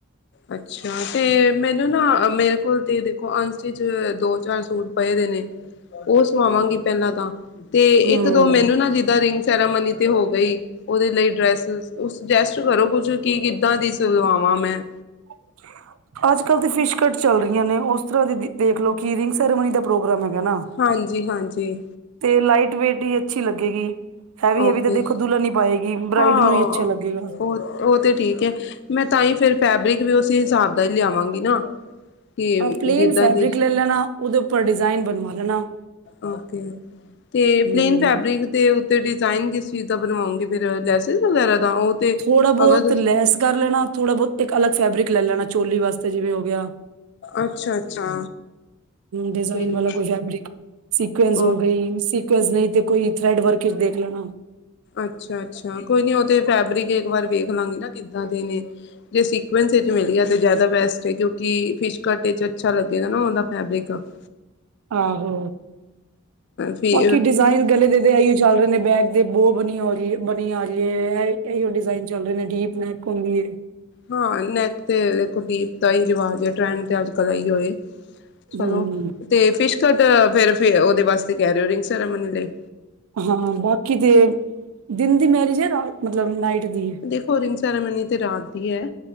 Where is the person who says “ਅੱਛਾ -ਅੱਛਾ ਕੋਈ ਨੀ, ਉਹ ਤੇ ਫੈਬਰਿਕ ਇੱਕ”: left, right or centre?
Left